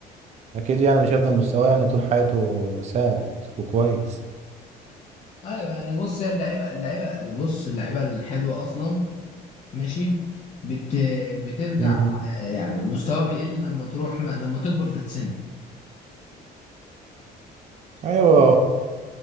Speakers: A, on the right; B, on the left.
A: اكيد يعني مش هيفضل مستواه يعني طول حياته ثابت وكويس
B: ايوه يعني بص هي اللعيبه اللعيبه بص اللعيبه الحلوه اصلا ماشي بت بترجع
A: مم.
B: آه، يعني مستواه بيقل لما تروح ما... لما تكبر في السن
A: ايوه